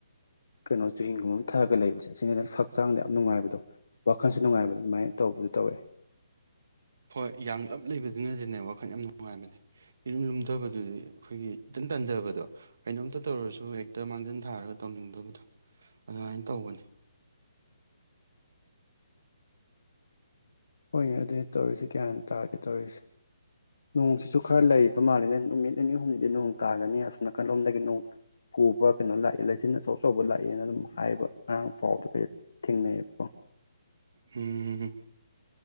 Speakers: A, on the left (about 70°); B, on the right (about 60°).
A: ꯀꯩꯅꯣ ꯆꯨꯍꯤꯡꯒꯨꯝꯕ ꯑꯃ ꯊꯛꯑꯒ ꯂꯩꯕꯁꯦ ꯑꯁꯤꯅꯅ ꯍꯛꯆꯥꯡꯗ ꯌꯥꯝ ꯅꯨꯡꯉꯥꯏꯕꯗꯣ ꯋꯥꯈꯜꯁꯨ ꯅꯨꯡꯉꯥꯏꯕꯗ ꯑꯗꯨꯃꯥꯏꯅ ꯇꯧꯕꯗꯣ ꯇꯧꯋꯦ
B: ꯍꯣꯏ ꯌꯥꯡꯂꯞ ꯂꯩꯕꯗꯨꯅꯗꯤꯅꯦ ꯋꯥꯈꯜ ꯌꯥꯝ ꯅꯨꯡꯉꯥꯏꯕꯅꯦ ꯏꯔꯨꯝ ꯂꯨꯝꯗꯕꯗꯨꯗꯤ ꯑꯩꯈꯣꯏꯒꯤ ꯏꯇꯟ ꯇꯟꯗꯕꯗꯣ ꯀꯩꯅꯣꯝꯇ ꯇꯧꯔꯁꯨ ꯍꯦꯛꯇ ꯃꯥꯡꯖꯤꯟ ꯊꯥꯔꯒ ꯇꯧꯅꯤꯡꯗꯕꯗꯣ ꯑꯗꯨꯃꯥꯏꯅ ꯇꯧꯕꯅꯦ
A: ꯍꯣꯏꯅꯦ ꯑꯗꯨꯅꯦ ꯇꯧꯔꯤꯁꯦ ꯒ꯭ꯌꯥꯟ ꯇꯥꯗꯦ ꯇꯧꯔꯤꯁꯦ ꯅꯣꯡꯁꯤꯁꯨ ꯈꯔ ꯂꯩꯕ ꯃꯥꯜꯂꯤꯅꯦ ꯅꯨꯃꯤꯠ ꯅꯤꯅꯤ ꯍꯨꯝꯅꯤꯗꯤ ꯅꯣꯡ ꯇꯥꯒꯅꯤ ꯑꯁꯨꯝ ꯅꯥꯀꯜꯂꯣꯝꯗꯒꯤ ꯅꯣꯡ ꯄꯨꯕ ꯀꯩꯅꯣ ꯂꯥꯛꯑꯦ ꯂꯩꯆꯤꯟ ꯑꯆꯧ ꯑꯆꯧꯕ ꯂꯥꯛꯑꯦꯅ ꯑꯗꯨꯝ ꯍꯥꯏꯕ ꯉꯔꯥꯡ ꯐꯥꯎꯗ ꯀꯩꯗ ꯊꯦꯡꯅꯩꯑꯦꯕꯀꯣ
B: ꯍꯦꯍꯦ